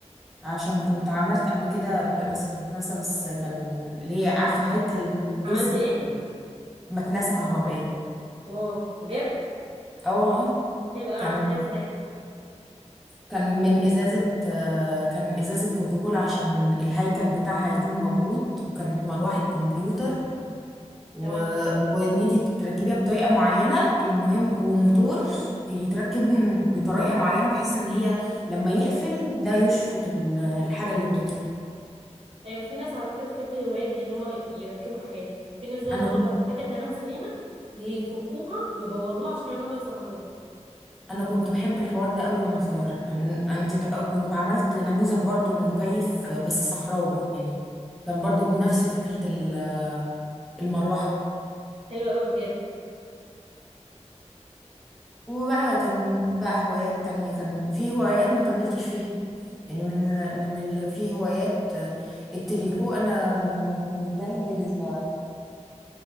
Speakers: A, in the centre; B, on the right.
A: عشان كنت عملت قبل كده مكنسة مكنسة بس كان اللي هي عارفة هيكل جزئي
B: عملت ايه
A: يعني مكنسة كهربائية
B: واو بجد
A: اه والله
B: حلو قوي
A: كان
B: عملتيها ازاي
A: كان من إزازة آه، كان إزازة كوكاكولا عشان الهيكل بتاعها يكون موجود وكانت مروحة كمبيوتر و...
B: تمام
A: وإن أنت تركبيها بطريقة معينة المهم وموتور يتركبه من- بطريقة معينة بحيث إن هي لما يقفل ده يشفط ال- الحاجة اللي بتدخل
B: ايوه في ناس على فكره بتحب الهوايات دي اللي هم يركبوا حاجات في ناس بقى
A: أنا
B: اللي هو
A: كنت
B: حاجه تمام سليمه يفكوها ويبوظوها عشان يقعدوا ما يصلحوها
A: انا كنت بحب الحوار ده قوي وانا صغيره يعني انت كنت عملت نموذج برضو لمكيف بس صحراوي يعني كان برضو بنفس فكره ال- المروحه
B: حلو قوي بجد
A: وبقى كان بقى هوايات تانية كان في هوايات ما كملتش فيها يعني من من ال... في هوايات آه، التريكو انا م- مش زي ال-